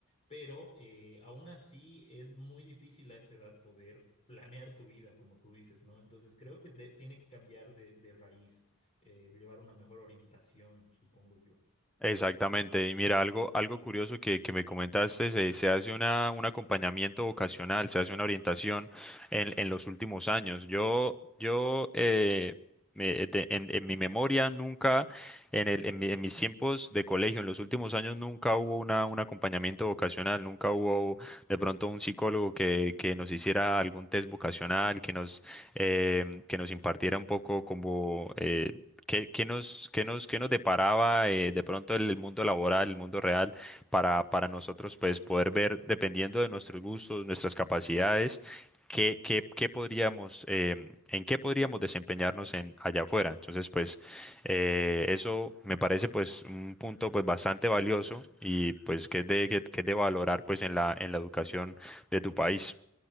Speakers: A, on the left; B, in the centre.
A: pero eh, aún así es muy difícil a esa edad poder planear tu vida, como tú dices, ¿no? Entonces, creo que de- tiene que cambiar de de raíz eh, llevar una mejor orientación, supongo yo.
B: Exactamente, y mira, algo, algo curioso que, que me comentaste, se, se hace una, un acompañamiento vocacional, se hace una orientación en, en los últimos años. Yo, yo eh, me- de- en, en mi memoria nunca, en, el, en, mi- en mis tiempos de colegio, en los últimos años nunca hubo una, un acompañamiento vocacional, nunca hubo de pronto un psicólogo que, que nos hiciera algún test vocacional, que nos, eh, que nos impartiera un poco como eh, ¿Qué, qué nos, qué nos, qué nos deparaba eh, de pronto el, el mundo laboral, el mundo real, para, para nosotros pues poder ver, dependiendo de nuestros gustos, nuestras capacidades, qué, qué, qué podríamos, em, en qué podríamos desempeñarnos en, allá afuera? Entonces, pues eh, eso me parece pues un punto pues bastante valioso y pues que es de, que, que es de valorar pues en la, en la educación de tu país.